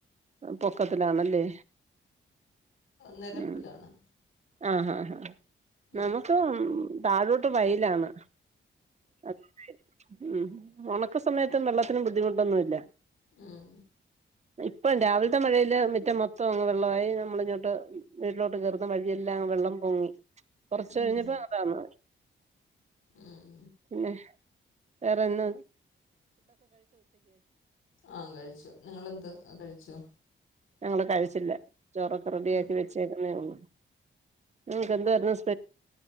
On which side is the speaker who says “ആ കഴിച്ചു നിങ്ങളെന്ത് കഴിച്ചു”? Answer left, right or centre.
Left